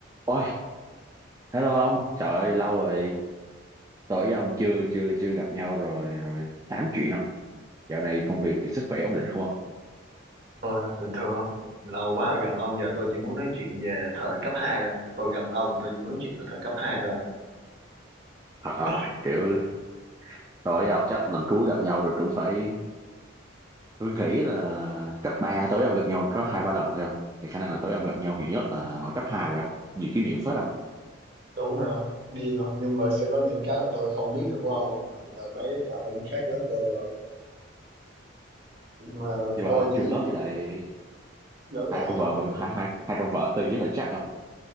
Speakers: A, on the right (about 15°); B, on the right (about 55°).
A: Ôi, hello ông, trời ơi, lâu rồi, tối với ông chưa chưa chưa gặp nhau rồi rồi tám chuyện không? Dạo này công việc sức khỏe ổn định không ông?
B: Tôi bình thường không? Lâu quá rồi gặp ông giờ tôi chỉ muốn nói chuyện về thời cấp 2 thôi. Tôi gặp ông là tôi chỉ muốn nói chuyện về thời cấp 2 thôi.
A: Thật không?
B: tôi
A: Kiểu tối với ông chắc lần cuối gặp nhau rồi cũng phải tôi nghĩ là cấp 3 tối với ông gặp nhau có hai ba lần thôi không? Thì khả năng là tối với ông gặp nhau nhiều nhất là hồi cấp 2 rồi không? Nhiều kỷ niệm phết không?
B: đúng rồi không? điên không nhưng mà sẽ có những cái mà tôi không biết được của ông không? Tại vì đợt đấy là ông khác lớp tôi rồi nhưng mà
A: Nhưng
B: tôi
A: mà ông
B: chỉ
A: chung lớp với lại
B: lỡ
A: hai
B: dài
A: con
B: không
A: vợ hai hai hai con vợ Ti với lại chắc không?